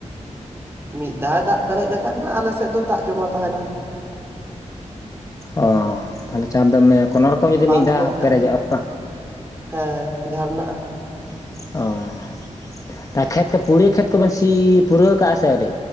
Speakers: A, on the right (about 20°); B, on the left (about 25°).
A: ᱢᱤᱫ ᱫᱷᱟᱣᱮ ᱫᱟᱜ ᱯᱮᱨᱮᱡ ᱞᱮᱠᱷᱟᱱᱡ ᱫᱚ ᱟᱞᱮ ᱥᱮᱫ ᱫᱚ ᱫᱟᱜ ᱡᱚᱢᱟ ᱛᱟᱦᱮᱱᱟ ᱾
B: ᱚ ᱛᱟᱦᱞᱮ ᱪᱟᱯ ᱫᱚ ᱢᱮ ᱠᱳᱱᱳ ᱨᱚᱠᱚᱢ ᱡᱩᱫᱤ
A: ᱵᱟᱸᱫᱷ
B: ᱢᱤᱫ ᱫᱷᱟᱣ
A: ᱠᱚ ᱦᱮᱱᱟᱜᱼᱟ
B: ᱯᱮᱨᱮᱡᱚᱜᱼᱟ᱾
A: ᱦᱮᱸ ᱡᱟᱨᱱᱟᱜ-ᱟ ᱾
B: ᱚ᱾ ᱛᱟ ᱠᱦᱮᱛ ᱯᱩᱲᱭᱟᱹ ᱠᱷᱮᱛ ᱠᱚᱵᱚᱱ ᱥᱤ ᱯᱩᱨᱟᱹᱣ ᱠᱟᱜᱼᱟ ᱥᱮ ᱟᱹᱣᱨᱤ